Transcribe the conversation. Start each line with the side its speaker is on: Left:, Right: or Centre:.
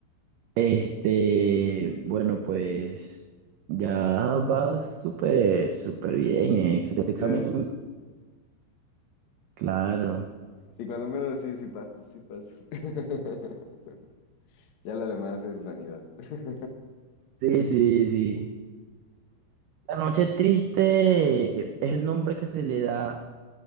Right: Este, bueno, pues ya va súper, súper bien en ese examen,
Left: Sí,
Right: claro.
Left: Sí, cuando menos sí, sí pasa, sí pasa. <laughs> Ya lo demás es vanidad. <laughs>
Right: Sí, sí, sí. La noche triste es el nombre que se le da